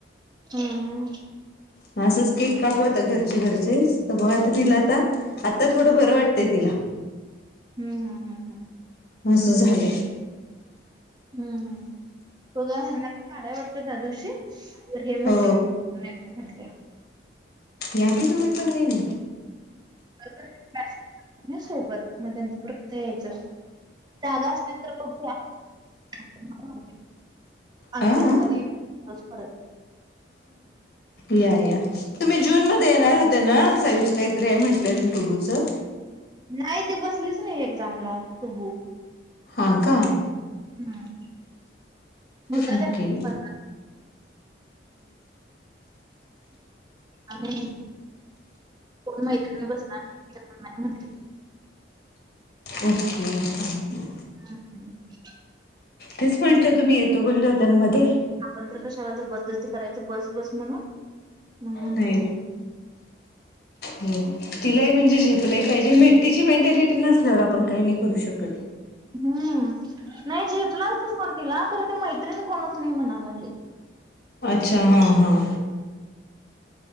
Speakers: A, on the right; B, on the left.
A: हम्म हम्म.
B: मग असंच केक कापू आता घरचे घरचे तर मग आता तिला आता आता थोडं बरं वाटतंय तिला.
A: हम्म हम्म हम्म हम्म.
B: असं झालं.
A: हम्म हम्म उगा ह्यांना <unintelligible> काढाय वाटत त्या दिवशी तर हे
B: हो
A: म्हंटले आणि म्हंटले
B: या की तुम्ही पण वहिनी
A: <inaudible> नाही सोबत मग त्यांच्या बरोबर यायचं जागा असतील तर बघूया. <unintelligible> आम्ही
B: आ
A: आधी मधी येतो पाऊस परत
B: या या तुम्ही जून मध्ये येणार हो त्यांना सायूचं काहीतरी आहे म्हंटलंय न टोबूचं
A: नाही त बसलीच नाही एक्झामला टुबू
B: हां का.
A: हम्म मुद्दा
B: ओके
A: काय <unintelligible> आणि कोण मैत्रिणी वर बसणारं नाही म्हंटले.
B: ओके हम्म हम्म.
A: ह
B: तेच म्हणटलं तुम्ही येतो बोलल त्यांमध्ये
A: आपण तर कशाला जबरदस्ती करायचं बस बस म्हणून
B: नाही हो तिलाही म्हणजे झेपलय पाहिजे, तिची मेंटॅलिटी नसल्यावर आपण काही नाही करू शकत.
A: हम्म नाही झेपणारचं सोड तील खरं ते मैत्रिण कोणचं नाही म्हणाय लागली.
B: अच्छा हां हां.